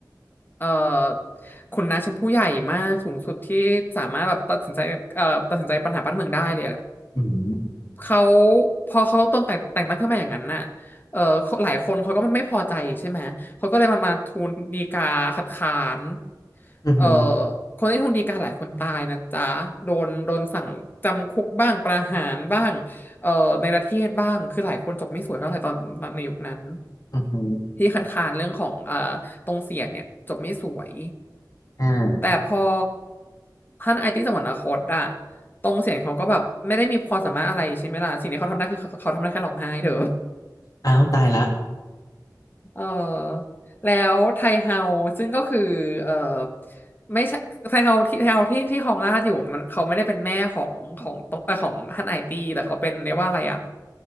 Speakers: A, on the left; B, on the left.
A: เอ่อขุนนางชั้นผู้ใหญ่มากสูงสุดที่สามารถแบบตัดสินใจเอ่อตัดสินใจปัญหาบ้านเมืองได้เลยแหละ
B: อืม
A: เขาพอเขาต้นแต่งแต่งตั้งขึ้นมาอย่างนั้นน่ะเออหลายคนเขาก็ไม่พอใจใช่ไหม เขาก็เลยมามาทูลฎีกาคัดค้าน
B: อหืม
A: เอ่อคนที่ทูลฎีกาหลายคนตายนะจ๊ะโดนโดนสั่งจำคุกบ้างประหารบ้างเอ่อในประเทศบ้างคือหลายคนจบไม่สวยเท่าไหร่ตอนตอนในยุคนั้น
B: ออือหืออือหือ
A: ที่คัดค้านเรื่องของเอ่อตรงเสียนเนี่ยจบไม่สวย
B: อ่า
A: แต่พอท่านไอติสวรรคตอะตรงเสียนเขาก็แบบไม่ได้มีความสามารถอะไรใช่ไหมล่ะสิ่งที่เขาทำได้คือเขาเขาทำได้แค่ร้องไห้เถอะ
B: อ้าวตายละ
A: เออแล้วไทเฮาซึ่งก็คือเออไม่ใช่ไทเฮาที่ไทเฮาที่ที่ครองราชอยู่มันเขาไม่ได้เป็นแม่ของของตรงเออของฮั่นไอตี้แต่เขาเป็นเรียกว่าอะไรอ่ะ